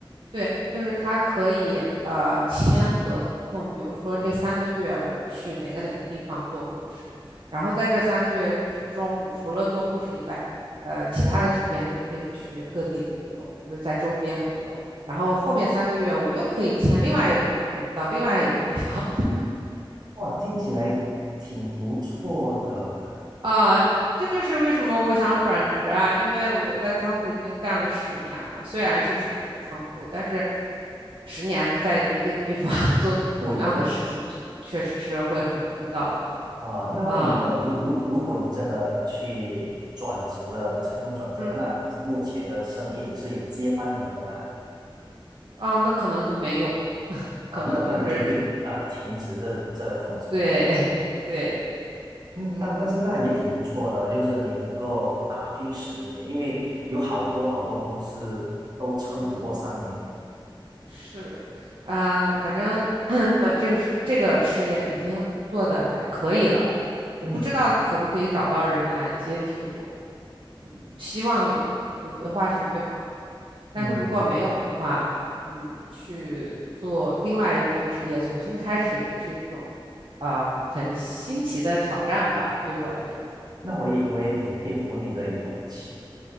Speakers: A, on the right; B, on the right.
A: 对，就是他可以呃签合同，比如说这三个月我去哪个哪个地方做护士，然后在这三个月之中，我除了做护士以外，呃，其他的时间就可以去各地旅游，就是在周边旅游。然后后面三个月我又可以签另外一个合同到另外一个地方，
B: 哇，听起来挺不错的。
A: 啊、这就是为什么我想转职啊，因为我在仓库已经干了十年了，虽然是自己的仓库，但是十年在一个地方 <laughs> 做同样的事情，
B: 对的，对。
A: 确实是会很枯燥的。
B: 啊、那么你的如如如果你真的去转职了，
A: 啊、啊
B: 你成功转职了，
A: 嗯，
B: 那你目前的生意你是有接班人的吗？
A: 啊、那可能就没有了，<laughs>
B: 啊、
A: 可能就啊是
B: 那那你就会啊停止这这这门生意。
A: 对 <laughs> 对，
B: 嗯，
A: 嗯
B: 但但是那也挺不错的，就是你能够打拼十年，因为有好多好多公司都撑不过三年的。
A: 嗯。是，呃，反正 <clears throat> 这个是这个事业已经做的还可以了，我不知道可不可以找到人来接替我，
B: 嗯
A: 嗯，希望有吧，有的话是最好的，但是如果没有的话，
B: 嗯，
A: 嗯，去做另外一份职业，重新开始也是一种，啊、很新奇的挑战吧，对于我来说，
B: 那我也我也挺佩服你的勇气，